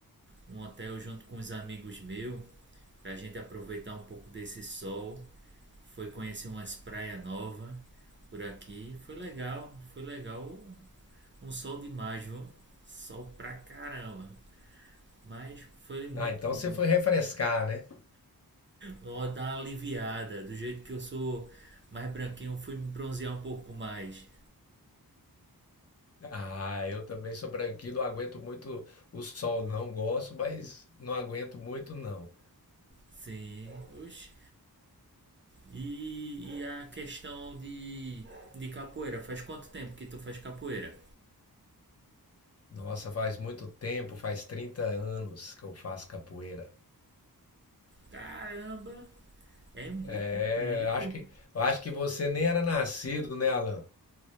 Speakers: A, on the right; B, on the left.
A: um hotel junto com os amigos meus, pra gente aproveitar um pouco desse sol. Foi conhecer umas praias novas por aqui. Foi legal, foi legal. Um sol demais, viu? Sol pra caramba. Mas foi muito
B: Ah, então
A: bom.
B: você foi refrescar, né?
A: Ó, dá uma aliviada. Do jeito que eu sou mais branquinho, eu fui me bronzear um pouco mais.
B: Ah, eu também sou branquinho, não aguento muito o sol, não gosto, mas não aguento muito, não.
A: Sim. Oxe. E, e a questão de, de capoeira. Faz quanto tempo que tu faz capoeira?
B: Nossa, faz muito tempo, faz 30 anos que eu faço capoeira.
A: Caramba! É muito
B: É,
A: tempo.
B: acho que, eu acho que você nem era nascido, né, Alan?